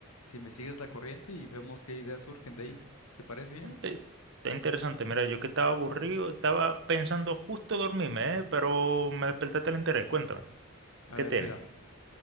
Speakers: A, on the left; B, on the right.
A: si me sigues la corriente y vemos qué ideas surgen de ahí. ¿Te parece bien?
B: Ujú. Te- Está interesante. Mira, yo que estaba aburrido, estaba pensando justo dormirme, ¿eh? Pero me despertaste el interés. Cuéntame,
A: A
B: ¿qué
A: ver,
B: tienes?
A: mira.